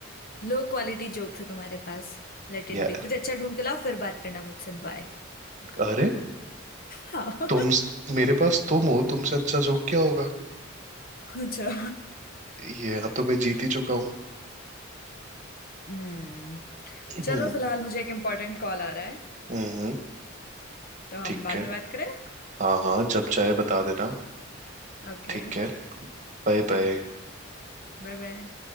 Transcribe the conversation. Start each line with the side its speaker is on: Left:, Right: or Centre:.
Left: लो क्वालिटी जोक्स है तुम्हारे पास लेट
Right: या
Left: इट बी कुछ अच्छा ढूंढ के लाओ फिर बात करना मुझसे बाय
Right: अरे
Left: हाँ
Right: तुम
Left: <laughs>
Right: मेरे पास तुम हो तुमसे अच्छा जोक क्या होगा
Left: अच्छा
Right: ये तो मैं जीत ही चुका हूँ
Left: हम्म चलो
Right: हम्म
Left: फिलहाल मुझे एक इम्पोर्टेंट कॉल आ रहा है
Right: हम्म, हम्म,
Left: तो हम
Right: ठीक
Left: बाद
Right: है
Left: में बात करें
Right: हाँ हाँ जब चाहे बता देना
Left: ओके
Right: ठीक है Bye bye
Left: Bye bye